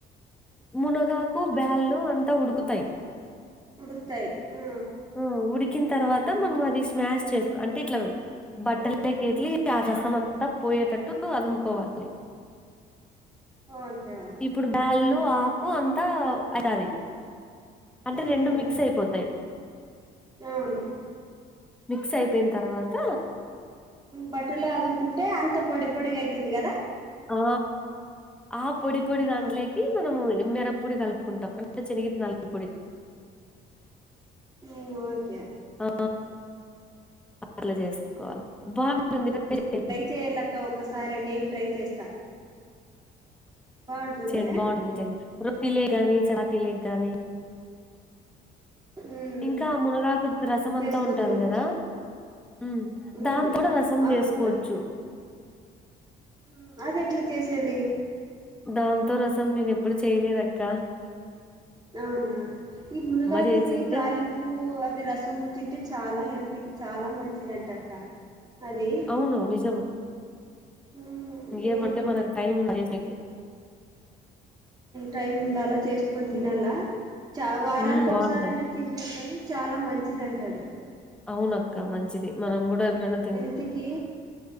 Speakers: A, in the centre; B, on the right (about 25°).
A: మునగాకు బ్యాళ్ళు అంతా ఉడుకుతాయి
B: ఉడుకుతాయి ఆ
A: మ్ ఉడికిన తర్వాత మనం అది స్మాష్ చేసుకో అంటే ఇట్లా బట్టలోకి ఎల్లి ఆ రసం అంతా పోయేటట్టు అదుముకోవాలి
B: ఓకే ఓకే
A: ఇప్పుడు బ్యళ్ళు ఆకు అంతా మిక్స్ అయితాది అంటే
B: ఉమ్,
A: రెండు మిక్స్ అయిపోతాయి
B: అవును
A: మిక్స్ అయిపోయిన తర్వాత
B: బట్టలో అదుముకుంటే అంత పొడి పొడిగా అయితుంది కదా
A: ఆ ఆ పొడి పొడి దాంట్లోకి
B: ఓ,
A: మనము మీరప్ పొడి కలుపుకుంటాం అంటే చెనిగిత్తానాల పొడి
B: ఉ ఉ ఓకే
A: ఆ అట్లా చేస్ బాగుంటుంది ట్రై చెయ్
B: చేయాలక్క ఒకసారి నేను ట్రై చేస్తా బాగుంటుంది
A: చెండి బాగుంటుంది నిజంగా రొట్టిలోకి గాని చపాతీలో గాని
B: ఉమ్
A: ఇంకా మునగాకుది రసం
B: చేసుకొని
A: అంతా ఉంటది
B: తినొచ్చు
A: కదా ఉ
B: ఉమ్
A: దాంతో కూడా రసం
B: అవునక్క
A: చేసుకోవచ్చు
B: ఉమ్ అది ఎట్లా చేసేది
A: దాంతో రసం నేను ఎప్పుడు చేయలేదు అక్క
B: అవునా ఈ మునుగకుది
A: జేసింటే
B: తాలీం పు అది రసము తింటే చాలా హెల్త్కి చాలా మంచిదంట అక్క అది
A: అవును నిజం
B: ఉమ్
A: ఏమంటే
B: ఏం
A: మనకు టైం ఉంటే చేసేకి
B: టైమ్ ఉండాలా చేసుకొని తినాలా
A: హ్మ్.
B: చ వారానికి
A: హ్మ్.
B: ఒకసారి
A: బావుంటది.
B: అయినా తింటె కానీ చాలా మంచిది అంట అది
A: అవునక్క మంచిది మనం కూడా ఎప్పుడనా
B: హెల్త్ కి